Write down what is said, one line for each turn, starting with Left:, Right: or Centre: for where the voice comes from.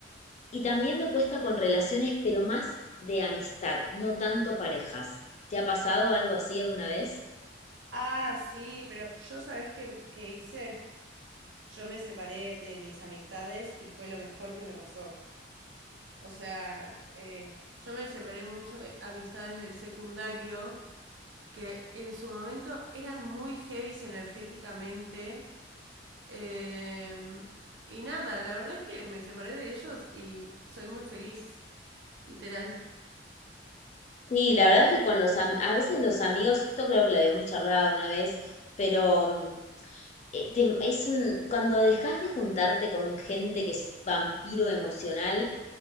Left: Y también me cuesta con relaciones, pero más de amistad, no tanto parejas. ¿Te ha pasado algo así alguna vez?
Right: Ah, sí, pero yo sabes qué, qué hice. Yo me separé de mis amistades y fue lo mejor que me pasó. O sea, eh, yo me separé mucho de amistades del secundario que en su momento eran muy heavies energéticamente. eh, y nada, la verdad es que me separé de ellos y soy muy feliz, literal.
Left: Sí, la verdad es que con los am- a veces los amigos, esto creo que lo habíamos charlado una vez, pero eh, te- es un, cuando dejas de juntarte con gente que es vampiro emocional,